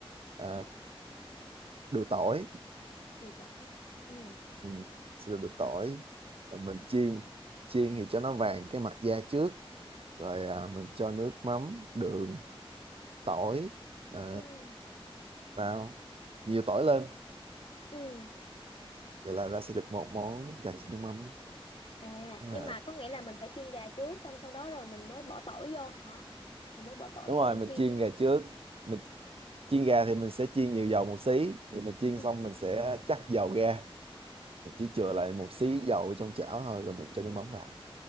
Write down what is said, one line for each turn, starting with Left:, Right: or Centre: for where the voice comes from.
Right: à, đùi tỏi.
Left: nhiều tỏi hả ừ
Right: Ừ, sữa đùi tỏi. Rồi mình chiên. Chiên thì cho nó vàng cái mặt da trước rồi à, mình cho nước mắm đường tỏi à,
Left: ừ
Right: vào nhiều tỏi lên
Left: ừ
Right: vậy là ra sẽ được một món gà chiên nước mắm
Left: à
Right: Đó là
Left: nhưng mà có nghĩa là mình phải chiên gà trước xong sau đó rồi mình mới bỏ tỏi vô hả mình mới bỏ tỏi
Right: đúng
Left: vô
Right: rồi
Left: để
Right: mình
Left: chiên
Right: chiên
Left: đúng không
Right: gà trước mình chiên gà thì mình sẽ chiên nhiều dầu một xí thì mình chiên
Left: ừ
Right: xong mình sẽ chắc dầu ra mình chỉ chừa lại một xí dầu trong chảo thôi rồi mình cho nước mắm vào